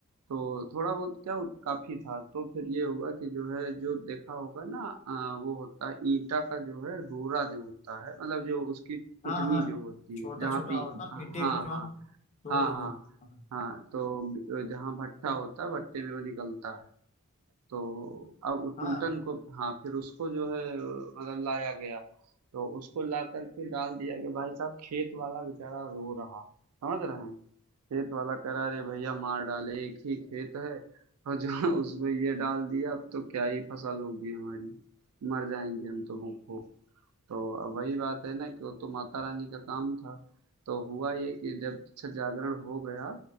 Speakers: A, on the right (about 85°); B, on the left (about 30°).
A: तो थोड़ा बहुत क्या उत- काफी था तो फिर ये हुआ कि जो है जो देखा होगा ना अ, वो होता है ईंटा का जो है रोरा जो होता है मतलब जो उसकी कुटनी
B: हाँ हाँ
A: जो होती
B: छोटा
A: है जहाँ
B: छोटा
A: पे
B: होता
A: हाँ
B: ईंटे
A: हाँ
B: को जो
A: हाँ।
B: हम तोड़
A: हाँ
B: देते
A: हाँ
B: हैं।
A: हाँ तो जहाँ भट्टा होता है भट्टे में वो निकलता है तो अब वो
B: हाँ
A: टूटन
B: हाँ,
A: को हाँ फिर उसको जो है मतलब लाया गया तो उसको ला करके डाल दिया कि भाई साहब खेत वाला बेचारा रो रहा समझ रहे हैं खेत वाला कह रहा अरे भैया मार डाले एक ही खेत है और जहाँ उसमें ये डाल दिया अब तो क्या ही फसल होगी हमारी मर जाएंगे हम तो भूखों तो अब वही बात है ना कि वो तो माता रानी का काम था तो हुआ ये कि जब अच्छा जागरण हो गया